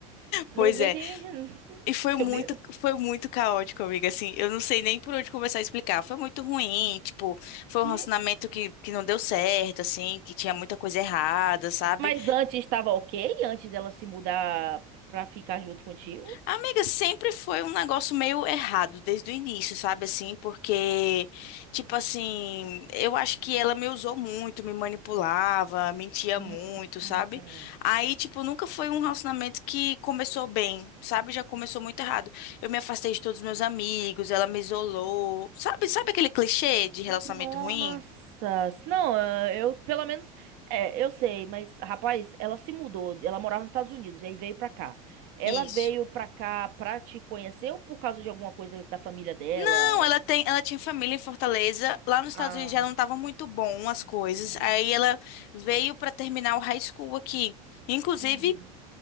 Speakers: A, on the right (about 60°); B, on the left (about 60°).
A: Nem,
B: Pois
A: nem,
B: é,
A: tem-
B: e foi
A: <laughs> Teu
B: muito,
A: ne-
B: foi muito caótico, amiga. Assim, eu não sei nem por onde começar a explicar. Foi muito ruim, tipo, foi
A: me-
B: um relacionamento que, que não deu certo, assim, que tinha muita coisa errada, sabe?
A: Mas antes estava ok? Antes dela se mudar pra ficar junto contigo?
B: Amiga, sempre foi um negócio meio errado desde o início, sabe assim? Porque, tipo assim, eu acho que ela me usou muito, me manipulava, mentia
A: Hum.
B: muito,
A: hum.
B: sabe? Aí, tipo, nunca foi um relacionamento que começou bem, sabe? Já começou muito errado. Eu me afastei de todos os meus amigos, ela me isolou. Sabe, sabe aquele clichê de relacionamento
A: Nossa,
B: ruim?
A: não, eh, eu pelo menos, é, eu sei, mas rapaz, ela se mudou, ela morava nos Estados Unidos e aí veio pra cá. Ela
B: Isso.
A: veio pra cá pra te conhecer ou por causa de alguma coisa da família dela?
B: Não, ela tem, ela tinha família em Fortaleza. Lá nos Estados
A: Ah,
B: Unidos já não estavam muito bom as coisas.
A: hum,
B: Aí ela veio para terminar o high school aqui. Inclusive,
A: uhum.